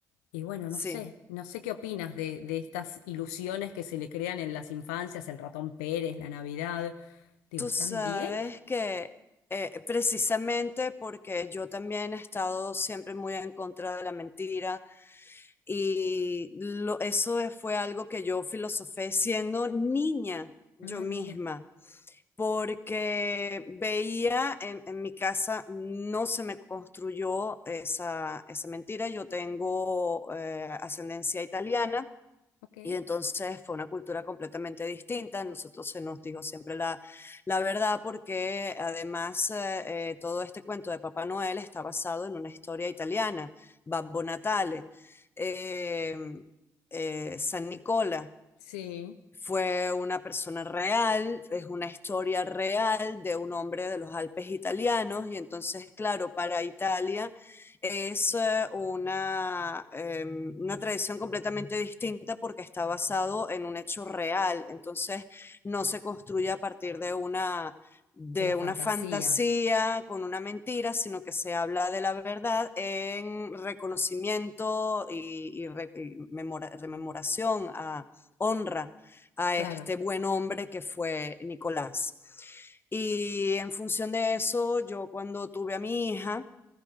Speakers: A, on the left; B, on the left.
A: Y bueno,
B: sí.
A: no sé, no sé qué opinas de, de estas ilusiones que se le crean en las infancias, el ratón Pérez, la Navidad. Digo,
B: Tú
A: ¿están
B: sabes
A: bien?
B: que eh, precisamente porque yo también he estado siempre muy en contra de la mentira y lo- eso es- fue algo que yo filosofé siendo niña yo
A: Ah,
B: misma,
A: mira,
B: porque veía en, en mi casa no se me construyó esa, esa mentira. Yo tengo eh, ascendencia italiana.
A: ok.
B: Y entonces fue una cultura completamente distinta. Nosotros se nos dijo siempre la, la verdad porque además eh, eh, todo este cuento de Papá Noel está basado en una historia italiana, Babbo Natale, eh, eh, San Nicola,
A: Sí,
B: fue una persona real, es una historia real de un hombre de los Alpes italianos y entonces, claro, para Italia es eh, una, eh, una tradición completamente distinta porque está basado en un hecho real, entonces no se construye a partir de una de
A: de la fantasía,
B: una fantasía con una mentira, sino que se habla de la verdad en reconocimiento y, y, re, y memora, rememoración a honra a
A: claro.
B: este buen hombre que fue Nicolás. Y en función de eso, yo cuando tuve a mi hija,